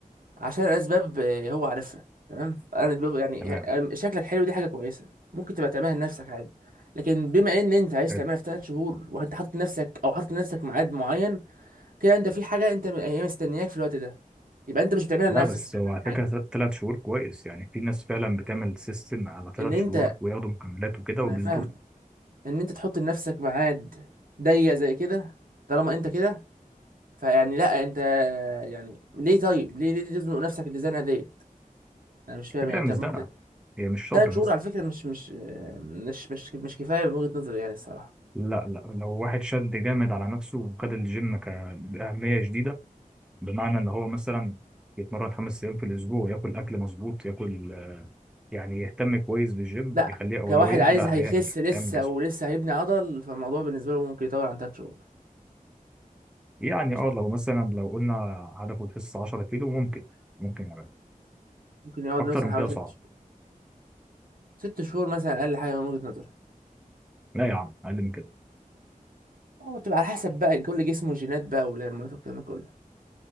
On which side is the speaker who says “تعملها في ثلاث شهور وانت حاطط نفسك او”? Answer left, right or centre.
Right